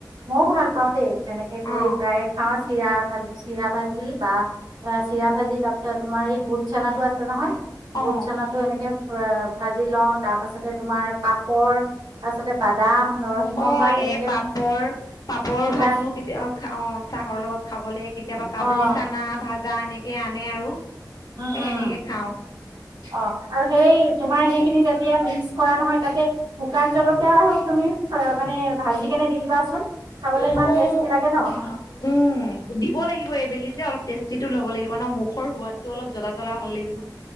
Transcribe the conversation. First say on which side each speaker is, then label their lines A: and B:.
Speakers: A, on the right (about 75°); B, on the left (about 60°).
A: মইও ভাল পাওঁ দেই। তেনেকে কৰি
B: অ
A: প্ৰায়ে খাওঁ চিৰা ভাজ চিৰা ভাজি বা অ চিৰা ভাজি তাৰ পিছত। তোমাৰ এই বুট চানাটো আছে নহয়। বুট
B: অ
A: চানাটো এনেকে ভাজি লওঁ তাৰ পাছতে তোমাৰ পাপ। ৰ তাৰপিছতে বাদাম নৰসিংহ
B: অ
A: পাত এনেকে।
B: এই পাপৰ পাপৰ
A: শুকাই
B: ভাজো কেতিয়া অ চাহৰ লগত খাবলে কেতিয়াবা কাবলি
A: অ',
B: চানা ভাজ। যা এনেকে আনে আৰু
A: উম,
B: সেই
A: উম,
B: সেনেকে খাওঁ।
A: অ আৰু সেই তোমাৰ সেইখিনি যেতিয়া মিক্স কৰা নহয় তাতে। শুকান জলকীয়া আৰু তুমি মানে ভাজি কেনে দি দিবাচোন খাবলৈ
B: অ',
A: ইমান টেষ্টি লাগে নহ।
B: উম দিব লাগিব এইবেলি। অলপ টেষ্টিটো লব লাগিব ন মুখৰ সোৱাদটো অলপ জ্বলা জ্বলা ভাল লাগিব।